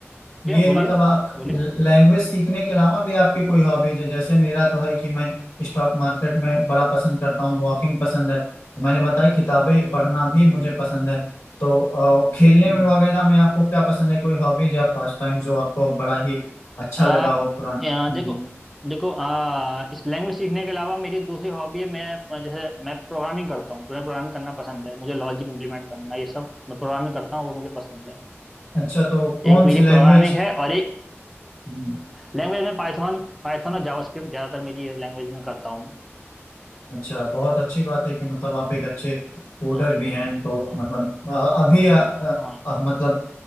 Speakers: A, on the left (about 80°); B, in the centre.
A: ये
B: बोलिए
A: मतलब आप
B: बोलिए
A: लैंग्वेज सीखने के अलावा भी आपकी कोई हॉबीज है जैसे मेरा तो है कि मैं स्टॉक मार्केट में बड़ा पसंद करता हूँ वॉकिंग पसंद है मैंने बताया किताबें
B: हम्म,
A: पढ़ना भी
B: हम्म,
A: मुझे पसंद है तो अ,
B: हम्म,
A: खेलने
B: हम्म।
A: में वगैरह में आपको क्या पसंद है कोई हॉबीज या पास टाइम जो आपको बड़ा ही अच्छा
B: आ,
A: लगा हो पुराना
B: आ, देखो देखो आ, इस लैंग्वेज सीखने के अलावा मेरी दूसरी हॉबी है मैं जैसे मैं प्रोग्रामिंग करता हूँ मुझे प्रोग्रामिंग करना पसंद है मुझे लॉजिक इंप्लीमेंट करना ये सब मैं प्रोग्रामिंग करता हूँ वो मुझे पसंद है
A: अच्छा तो कौन
B: एक मेरी
A: सी लैंग्वेज
B: प्रोग्रामिंग है और एक
A: हम्म,
B: लैंग्वेज में पाइथन पाइथन और जावास्क्रिप्ट ज़्यादातर मेरी लैंग्वेज में करता हूँ
A: अच्छा बहुत अच्छी बात है कि मतलब आप एक अच्छे कोडर
B: मैं अ,
A: भी हैं तो
B: अ,
A: मतलब अ, अभी
B: अ,
A: अ,
B: अ,
A: अ, मतलब